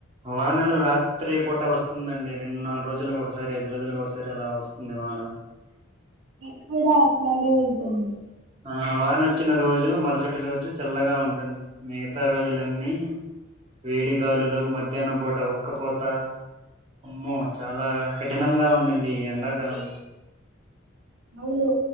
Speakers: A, on the right; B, on the right.
A: వానలు రాత్రి పూట వస్తుందండి. రెండు నాలుగు రోజులకు ఒకసారి ఐదు రోజులకు ఒకసారి అలా వస్తుంది. వాన
B: ఇది కూడా అట్లానే ఎళ్తుంది.
A: ఆ వానొచ్చిన రోజు మరుసటి రోజు చల్లగా ఉంటుంది మిగతా రోజులన్నీ వేడి గాలులు మధ్యాహ్నం పూట ఉక్కపోత అమ్మో చాలా కఠినంగా ఉందండి ఈ ఎండాకాలం
B: అవులు